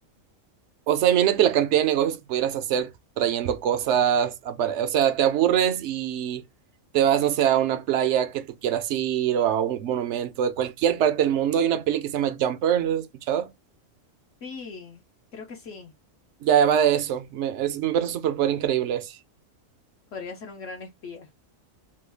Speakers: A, on the right; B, on the left.
A: O sea, imagínate la cantidad de negocios que pudieras hacer trayendo cosas. apare- O sea, te aburres y te vas, no sé, a una playa que tú quieras ir o a un monumento de cualquier parte del mundo. Hay una peli que se llama Jumper, ¿no has escuchado?
B: Sí, creo que sí.
A: Ya va de eso. Me, es, me parece un superpoder increíble ese.
B: Podría ser un gran espía.